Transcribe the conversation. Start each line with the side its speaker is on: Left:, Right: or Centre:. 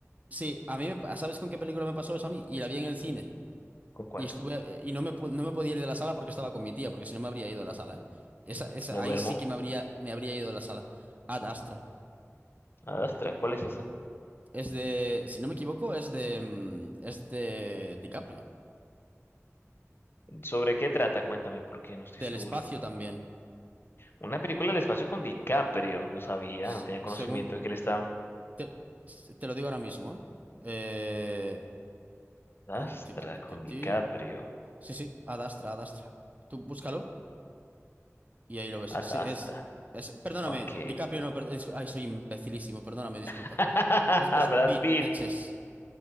Right: Sí, a mí, me pa- ¿sabes con qué película me pasó eso a mí? Y la vi en el cine.
Left: ¿Con cuál?
Right: Y estuve, y no me, pu- no me podía ir de la sala porque estaba con mi tía, porque si no me habría ido de la sala, ¿eh? Esa,
Left: Uf,
Right: esa,
Left: Me duermo.
Right: ahí sí que me habría, me habría ido de la sala. Ad Astra.
Left: Adastra, ¿cuál es esa?
Right: Es de, si no me equivoco, es de, mm, es de DiCaprio.
Left: ¿Sobre qué trata? Cuéntame, porque no estoy
Right: Del
Left: seguro.
Right: espacio también.
Left: Una película del espacio con DiCaprio. No sabía,
Right: S-
Left: no tenía conocimiento
Right: Según,
Left: de que él estaba.
Right: te, te lo digo ahora mismo, ¿eh? Eh,
Left: Adastra,
Right: el ti, ti, ti,
Left: con
Right: ti, ti.
Left: DiCaprio.
Right: Sí, sí, Ad Astra, Ad Astra. Tú búscalo y ahí lo ves.
Left: Adastra.
Right: Sí, es, es, perdóname,
Left: Ok.
Right: DiCaprio no, per- dis- ay, soy imbecilísimo, perdóname, disculpa.
Left: <laughs>
Right: Es
Left: Brad
Right: Brad Pitt,
Left: Pitt.
Right: leches.